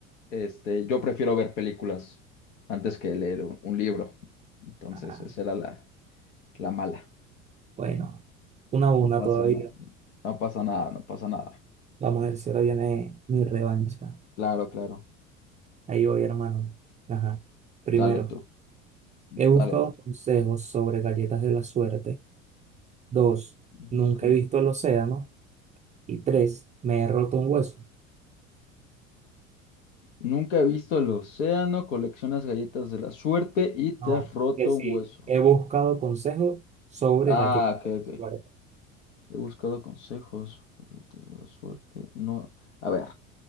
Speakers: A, on the left (about 60°); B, on the right (about 15°).
A: Este, yo prefiero ver películas antes que leer un, un libro. Entonces,
B: Ah,
A: esa era la, la mala.
B: bueno, una a una
A: No pasa
B: todavía.
A: nada, no pasa nada, no pasa nada.
B: Vamos a ver si ahora viene mi revancha.
A: Claro, claro.
B: Ahí voy, hermano. Ajá. Primero,
A: Dale tú. Dale,
B: he buscado
A: dale.
B: consejos sobre galletas de la suerte. Dos,
A: Busca-
B: nunca he visto el océano. Y tres, me he roto un hueso.
A: Nunca he visto el océano, coleccionas galletas de la suerte y
B: No,
A: te has roto
B: que sí,
A: un hueso.
B: he buscado consejos sobre
A: Ah,
B: galletas.
A: ok, ok.
B: Vale,
A: He buscado consejos, galletas de la suerte. No, a ver,